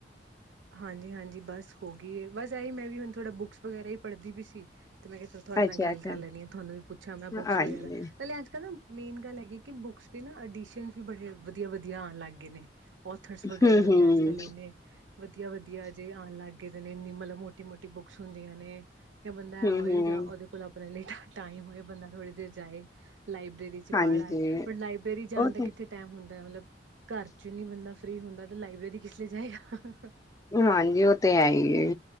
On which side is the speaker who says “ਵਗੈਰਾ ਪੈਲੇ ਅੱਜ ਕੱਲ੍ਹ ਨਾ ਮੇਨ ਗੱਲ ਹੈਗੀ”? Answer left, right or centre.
Right